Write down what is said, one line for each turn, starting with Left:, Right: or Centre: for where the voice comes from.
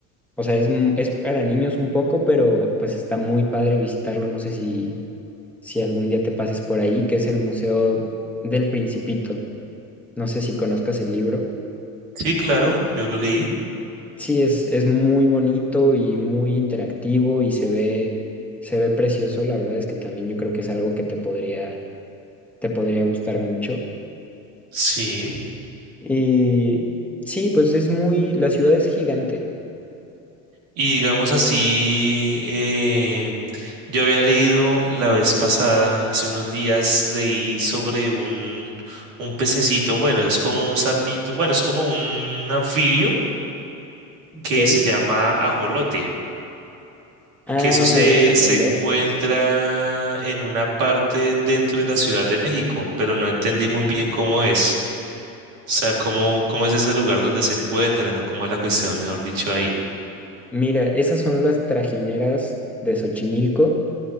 Centre: o sea, es, m- es para niños un poco, pero pues está muy padre visitarlo. No sé si, si algún día te pases por ahí, que es el Museo del Principito. No sé si conozcas el libro.
Right: sí, claro, yo lo leí.
Centre: Sí, es, es muy bonito y muy interactivo y se ve, se ve precioso. La verdad es que también yo creo que es algo que te podría, te podría gustar mucho.
Right: Sí.
Centre: Y sí, pues es muy, la ciudad es gigante,
Right: Y digamos así, eh, yo había leído la vez pasada, hace unos días, leí sobre un, un pececito, bueno, es como un sapito, bueno, es como un anfibio
Centre: ¿ok?
Right: que se llama ajolote,
Centre: Ah,
Right: que eso se,
Centre: los ajolotes.
Right: se encuentra en una parte dentro de la Ciudad de México, pero no entendí muy bien cómo es, o sea, cómo, cómo es ese lugar donde se encuentran o cómo es la cuestión, mejor dicho, ahí.
Centre: Mira, esas son las trajineras de Xochimilco